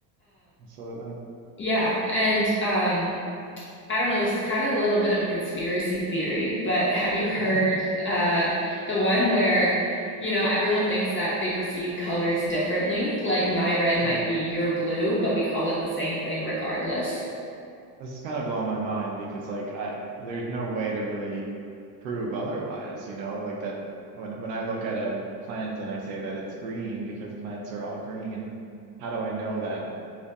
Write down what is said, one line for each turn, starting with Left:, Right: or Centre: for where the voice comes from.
Right: absolutely.
Left: Yeah, and um, I don't know, this is kind of a little bit of a conspiracy theory, but have you heard
Right: <laughs>
Left: uh, the one where, you know, everyone thinks that they perceive colors differently? Like my red
Right: Mm.
Left: might be your blue, but we call it the same thing regardless.
Right: This is kind of blowing my mind because like I there's no way to really prove otherwise, you know, like that when when I look at a plant and I say that it's green because plants are all green, how do I know that